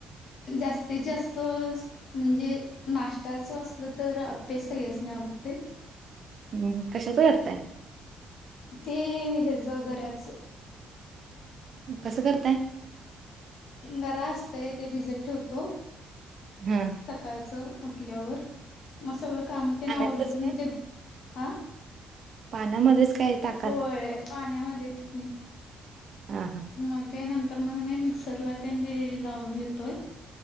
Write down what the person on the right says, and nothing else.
ह कशाच करताय?
कसं करताय?
हा.
पाण्यातच
पानामध्येच काय ताकात
हां हं